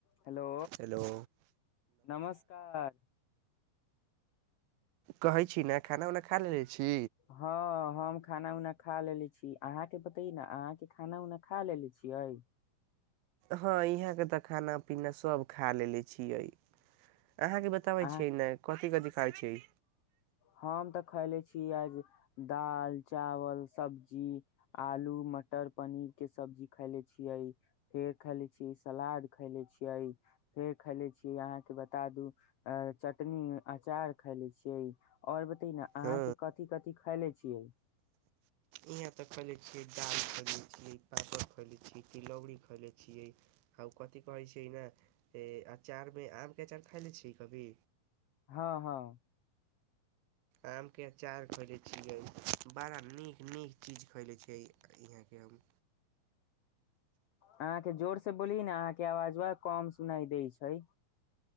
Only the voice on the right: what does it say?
hello
कहै छी ने खाना उना खा लेलेे छी
हँ यहाँके तऽ खाना पीना सभ खा लेले छियै अहाँ के बताबै
छियै ने कथि कथि खाइ छैय
हँ
यहाँ तऽ खैले छियै दाल खैले छियै पापड़ खैले छियै तिलौड़ी खैले छियै आ कथि क कहै छै न अचार में आम के अचार खाय ले छियै कभी
आम के अचार खएले छियै बड़ा नीक नीक चीज खएले छियै यहाँ के हम